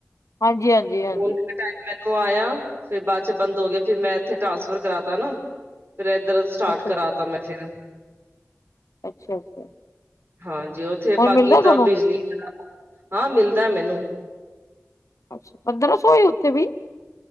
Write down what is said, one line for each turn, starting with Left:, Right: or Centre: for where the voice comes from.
Left: ਹਾਂਜੀ, ਹਾਂਜੀ ਹਾਂਜੀ
Right: ਬੋਲਦੇ ਟਾਈਮ ਮੈਨੂੰ ਆਇਆ। ਫੇਰ ਬਾਅਦ 'ਚ ਬੰਦ ਹੋ ਗਿਆ ਫਿਰ ਮੈਂ ਇੱਥੇ ਟਰਾਂਸਫਰ ਕਰਾਤਾ ਨਾ, ਫਿਰ ਏਧਰ ਸਟਾਰਟ
Left: ਅੱਛਾ
Right: ਕਰਾਤਾ,
Left: ਜੀ
Right: ਮੈਂ ਫਿਰ
Left: ਅੱਛਾ-ਅੱਛਾ
Right: ਹਾਂਜੀ। ਉੱਥੇ ਬਾਕੀ
Left: ਹੁਣ ਮਿਲਦਾ
Right: ਤਾਂ
Left: ਤੁਹਾਨੂੰ
Right: ਬਿਜਲੀ ਦਾ ਹਾਂ ਮਿਲਦਾ ਮੈਨੂੰ
Left: ਅੱਛਾ! ਪੰਦਰਾਂ ਸੌ ਹੋਈ ਉੱਥੇ ਵੀ